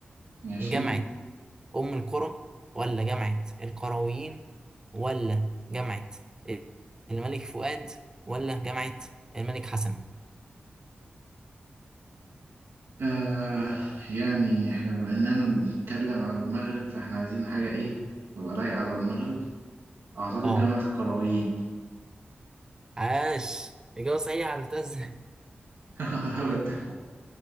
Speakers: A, on the right (about 75°); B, on the right (about 20°).
A: ماشي
B: جامعة أم القرى ولا جامعة القرويين ولا جامعة الملك فؤاد ولا جامعة الملك حسن
A: آه يعني احنا بما إننا بنتكلم على المغرب فاحنا عايزين حاجة إيه تبقى لايقة على المغرب أعتقد
B: اه
A: جامعة القرويين
B: عاش إجابة صحيحة عرفتها ازاي
A: <laughs>